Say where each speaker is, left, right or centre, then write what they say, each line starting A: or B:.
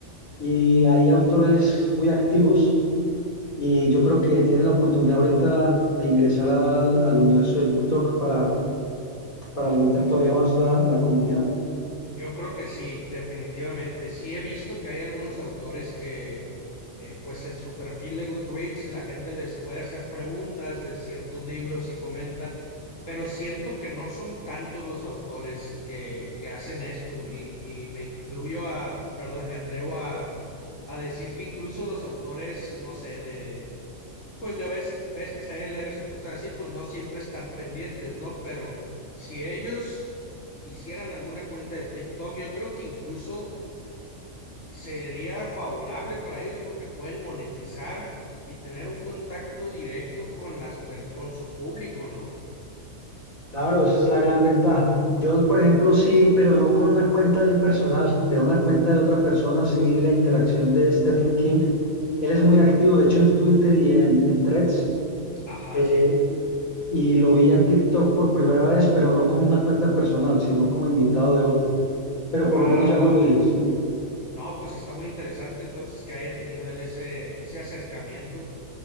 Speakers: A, on the left (about 85°); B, on the left (about 65°).
A: y hay autores muy activos. Y yo creo que tienen la oportunidad ahorita de ingresar al, al universo de BookTok para, para alimentar todavía más la la comunidad.
B: Yo creo que sí, definitivamente. Sí he visto que hay algunos autores que, eh, pues en su perfil de Goodreads, la gente les puede hacer preguntas de ciertos libros y comentan, pero siento que no son tantos los autores que, que hacen esto y, y me incluyo a, perdón, me atrevo a, a decir que incluso los autores, no sé, de pues de best, bestsellers o cosas así, pues no siempre están pendientes, ¿no? Pero si ellos hicieran alguna cuenta de TikTok, yo creo que incluso sería favorable para ellos porque pueden monetizar y tener un contacto directo con las per- con su público, ¿no?
A: Claro, esa es la gran ventaja. Yo, por ejemplo, sí vi, pero no con una cuenta del personal, de una cuenta de otra persona, sí vi la interacción de Stephen King. Él es muy activo, de hecho, en Twitter y en, en Threads.
B: Ajá,
A: eh,
B: sí.
A: y lo vi en TikTok por primera vez, pero no con una cuenta personal, sino como invitado de otro. Pero por
B: Ah,
A: lo menos ya
B: vale.
A: lo vi, sí.
B: No, pues está muy interesante entonces que haya tenido él ese, ese acercamiento.